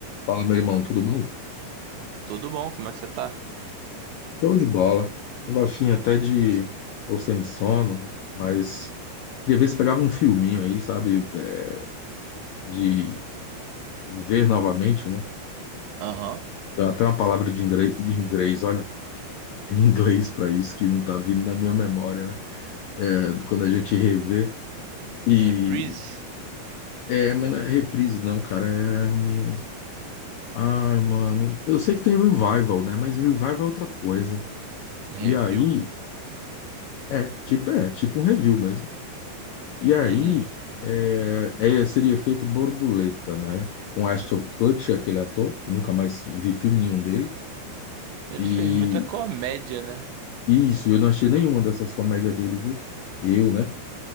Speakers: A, on the left (about 75°); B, on the right (about 75°).
A: Fala, meu irmão, tudo bom?
B: Tudo bom? Como é que você tá?
A: Show de bola. Tava afim até de. Tô sem sono, mas queria ver se pegava um filminho aí, sabe? é, de ver novamente, né?
B: Aham.
A: Tem até uma palavra de inglês, de inglês, olha, <laughs> em inglês pra isso que não tá vindo na minha memória, né? É, quando a gente revê. E.
B: Reprise?
A: É, mas não é reprise, não, cara. É. hum, Ai, mano. Eu sei que tem revival, né? Mas revival é outra coisa.
B: Review?
A: E aí. É, tipo, é tipo um review mesmo. E aí
B: Uhum.
A: é, é- seria feito Borboleta, né? Com Ashton Kutcher, aquele ator, que nunca mais vi filme nenhum dele.
B: Ele
A: E,
B: fez muita comédia, né?
A: e isso, eu não achei nenhuma dessas comédias dele, viu? Eu, né?